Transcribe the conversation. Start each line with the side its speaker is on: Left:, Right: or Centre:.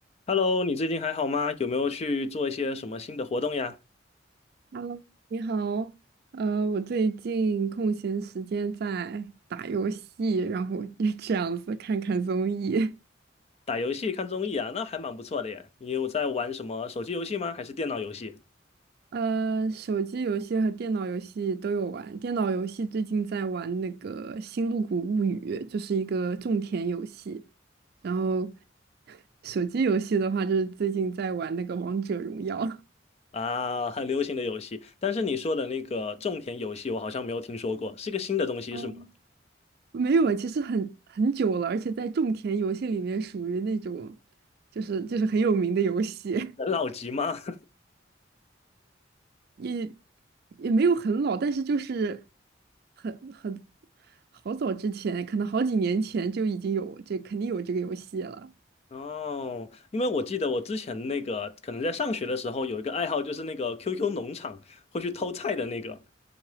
Left: Hello，你最近还好吗？有没有去做一些什么新的活动呀？
Right: Hello，你好，呃，我最近空闲时间在打游戏，然后 <laughs> 这样子看看综艺。
Left: 打游戏、看综艺啊，那还蛮不错的耶。你有在玩什么手机游戏吗？还是电脑游戏？
Right: 呃，手机游戏和电脑游戏都有玩。电脑游戏最近在玩那个《星露谷物语》，就是一个种田游戏。然后手机游戏的话，就是最近在玩那个《王者荣耀》。
Left: 啊，很流行的游戏，但是你说的那个种田游戏，我好像没有听说过，是个新的东西是吗？
Right: 嗯，没有啊，其实很很久了，而且在种田游戏里面属于那种，就是就是很有名的游戏。
Left: 很老级吗？<laughs>
Right: 也也没有很老，但是就是很很好早之前，可能好几年前就已经有这肯定有这个游戏了。
Left: 哦，因为我记得我之前那个可能在上学的时候有一个爱好，就是那个 QQ 农场会去偷菜的那个，